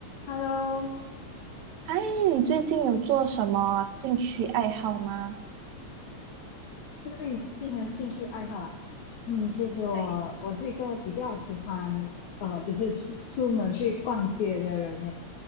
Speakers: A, on the left (about 75°); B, on the right (about 75°).
A: Hello，
B: 哎，你最近有做什么兴趣爱好吗？
A: 最近的兴趣爱好啊，嗯，其实我我是一个比较喜欢呃，
B: 对，
A: 就是去出门去逛街的人耶，